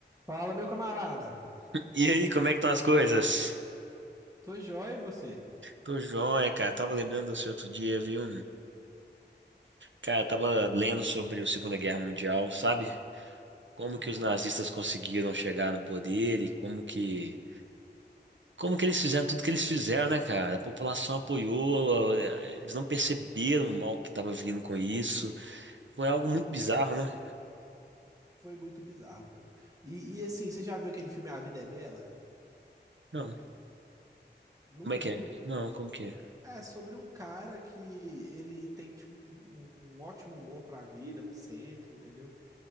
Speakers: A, on the right; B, on the right.
A: Fala, meu camarada.
B: E aí, como é que estão as coisas?
A: Tô jóia e você?
B: Tô joia, cara. Tava lembrando do seu outro dia, viu? Cara, tava lendo sobre a Segunda Guerra Mundial, sabe? Como
A: Aham.
B: que os nazistas conseguiram chegar no poder e como que como que eles fizeram tudo que eles fizeram, né, cara? A população apoiou, eh, eles não perceberam o mal que tava vindo com isso. Foi algo muito
A: Não,
B: bizarro,
A: mas assim,
B: né?
A: foi muito bizarro, pô. E, e, assim, você já viu aquele filme A Vida é Bela?
B: Não.
A: Nunca
B: Como é que
A: viu?
B: é? Não, como que é?
A: É sobre um cara que ele tem, tipo, um um ótimo humor pra vida, sempre, entendeu?